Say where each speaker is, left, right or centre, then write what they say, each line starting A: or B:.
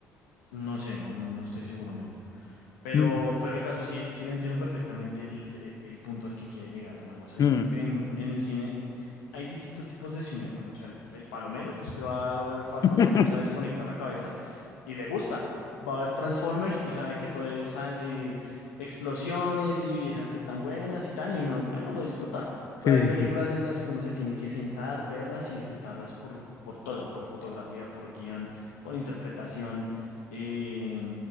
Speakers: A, on the left; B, on the left.
A: no sé, no, no, no estoy seguro, men. Pero,
B: Mm,
A: pero el caso sí, sí le entiendo perfectamente el, eh, el punto al que quiere llegar, hermano. O sea,
B: mm.
A: yo creo que en, en el cine hay distintos tipos de cine, hermano. O sea, el, el palomero, que usted va a ver Fast
B: <laughs>
A: and Furious a desconectar la cabeza y le gusta. Va a ver Transformers y sabe que todo es eh, explosiones y viejas que están buenas y tan, y uno, bueno, lo disfruta. Pero
B: Sí,
A: hay películas
B: sí,
A: en las que uno se tiene que sentar, verlas y disfrutarlas por, por todo, por fotografía, por guión, por interpretación. Eh,